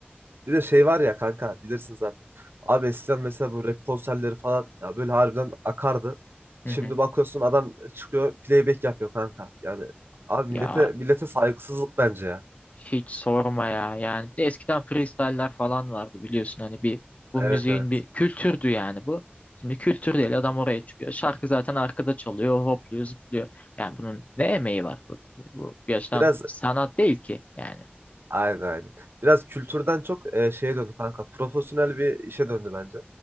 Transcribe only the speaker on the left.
Hı
hı.
Ya
Hiç sorma ya. Yani bir de eskiden freestyle'ler falan vardı biliyorsun hani bir bu müziğin
bir kültürdü yani bu. Şimdi kültür değil
adam
oraya çıkıyor. Şarkı zaten arkada çalıyor, hopluyor, zıplıyor. Yani bunun ne emeği var? Bu, bu bir açıdan
sanat değil ki yani.